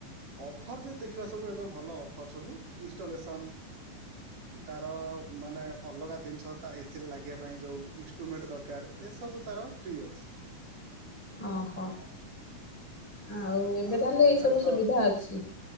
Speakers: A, on the right (about 80°); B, on the left (about 35°).
A: ଅଫର୍ ଯଦି ଦେଖିବା ସବୁ ଏବେ ଭଲ ଅଫର୍ ସବୁ ଇନଷ୍ଟଲେସନ୍ କି ତାର ମାନେ ଅଲଗା ଜିନିଷ। ତା ଏସି ରେ ଲାଗିବା ପାଇଁ ଯୋଉ ଇନଷ୍ଟ୍ରୁମେଣ୍ଟ ଦରକାର ଏସବୁ ତାର ଫ୍ରି ଅଛି।
B: ଓହୋ ଆଉ ଏବେ
A: ଆଉ
B: ତାହେଲେ ଏଇ
A: ଖାଲି
B: ସବୁ
A: ତ
B: ସୁବିଧା ଅଛି?